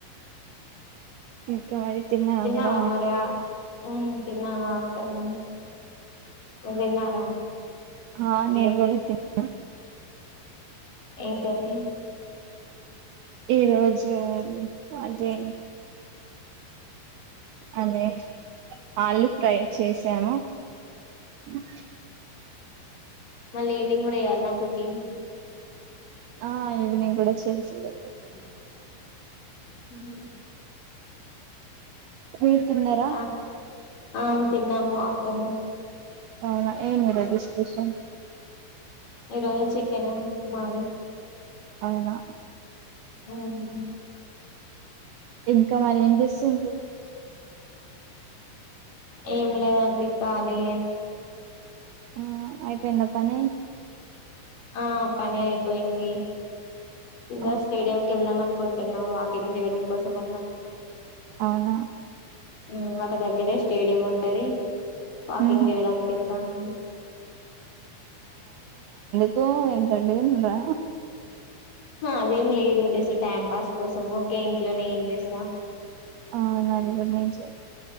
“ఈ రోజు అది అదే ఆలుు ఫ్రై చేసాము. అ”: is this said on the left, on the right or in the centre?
Right